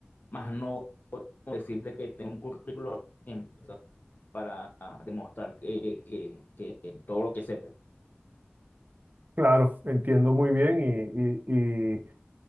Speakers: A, on the left (about 50°); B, on the right (about 45°).
A: más no decirte que tengo un currículo en- para demostrar que, que, que todo lo que sepa.
B: Claro, entiendo muy bien y, y- y